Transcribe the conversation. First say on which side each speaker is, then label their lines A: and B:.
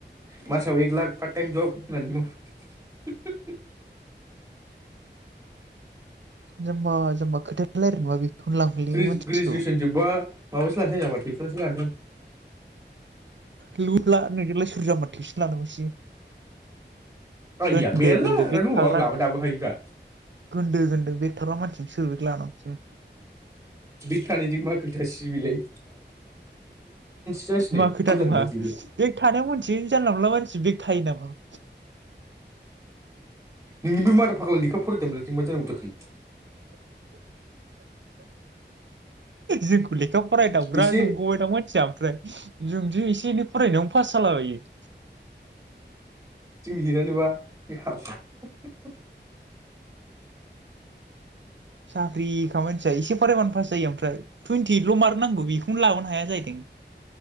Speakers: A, on the right (about 15°); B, on the right (about 80°).
A: मासाव एक लाख पार्टाइम जब होनानै माव
B: जामबा जामबा खोथा <unintelligible>
A: ग्रेजु
B: मानसिखौ
A: ग्रेजुवेसन जोबबा माबासो लानोसै नामा टिउसन सो लानोसां
B: लुबब्ला नोंजोंलाय सोर जामबा थेसिन लानांगसै
A: आइया
B: गोनदो
A: मेरला
B: गोनदो
A: लाग्रा
B: बे
A: दङ
B: खाग्रा
A: आं लाबो दाबो हायोब्रा
B: गोनदो गोनदो बे थाग्रा मानसिजों सोर लानांगसै
A: बेक थानायजों मा खोथा सिबिलाय जासिनो
B: मा खोथा
A: खेला
B: नङा
A: मोनाखै बे
B: बेग थानायाव मोनसे जानला मोनला मानसिया बेग थायो नामा औ
A: नोंनि बे माथा फाग्लाखौ लेखा फरायदों मोनाखै मा जानांगौ जाखो
B: जोंखौ लेखा फरायदाबग्रा
A: एसे
B: नंगौबाय दा मानसिया ओमफ्राय जोंदि एसे एनै फरायनायावनो पास जालाबायो
A: जों लिरानोबा <unintelligible>
B: साख्रि खामानिथिया एसे फरायबानो पास जायो ओमफ्राय टुइन्टि इटल मार्क नांगौ बेखौनो लाबोनो हाया जाहैदों